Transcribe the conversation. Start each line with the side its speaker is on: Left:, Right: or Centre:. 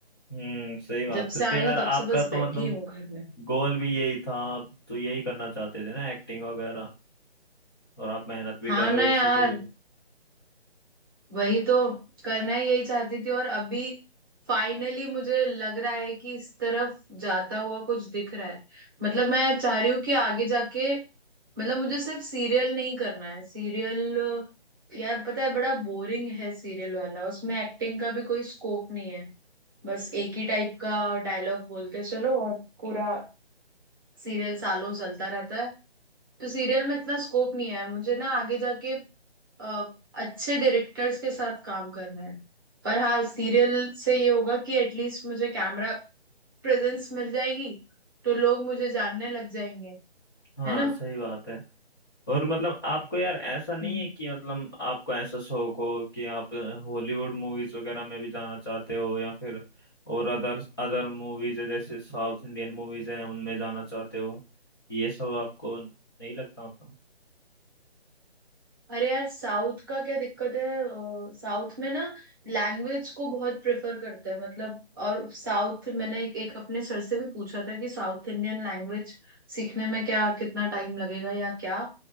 Left: हम्म सही बात
Right: जब से
Left: है
Right: आई
Left: तो यार
Right: हूँ तब
Left: आपका
Right: से बस बैठी
Left: तो मतलब
Right: हूँ घर में
Left: गोल भी यही था आप तो यही करना चाहते थे ना एक्टिंग वगैरह और आप मेहनत भी
Right: हाँ
Left: कर रहे
Right: ना
Left: हो इसी
Right: यार
Left: के लिए
Right: वही तो करना ही यही चाहती थी और अभी फाइनली मुझे लग रहा है कि इस तरफ जाता हुआ कुछ दिख रहा है मतलब मैं चाह रही हूँ कि आगे जाके मतलब मुझे सिर्फ सीरियल नहीं करना है सीरियल यार पता है बड़ा बोरिंग है सीरियल वाला उसमें एक्टिंग का भी कोई स्कोप नहीं है बस एक ही टाइप का डायलॉग बोलते चलो और पूरा सीरियल सालों चलता रहता है तो सीरियल में इतना स्कोप नहीं है यार मुझे ना आगे जाके अ, अच्छे डायरेक्टर्स के साथ काम करना है पर हाँ सीरियल से ये होगा कि एटलीस्ट मुझे कैमरा प्रेजेंस मिल जाएगी तो लोग मुझे जानने लग जाएंगे
Left: हाँ
Right: है ना
Left: सही बात है और मतलब आपको यार ऐसा नहीं
Right: हम्म।
Left: है कि मतलब आपको ऐसा शौक हो कि आप हॉलीवुड मूवीज वगैरह में भी जाना चाहते हो या फिर और अदर अदर मूवीज है जैसे साउथ इंडियन मूवीज हैं उनमें जाना चाहते हो ये सब आपको नहीं लगता मतलब
Right: अरे यार साउथ का क्या दिक्कत है साउथ में ना लैंग्वेज को बहुत प्रेफर करते हैं मतलब और साउथ मैंने एक, एक अपने सर से भी पूछा था कि साउथ इंडियन लैंग्वेज सीखने में क्या कितना टाइम लगेगा या क्या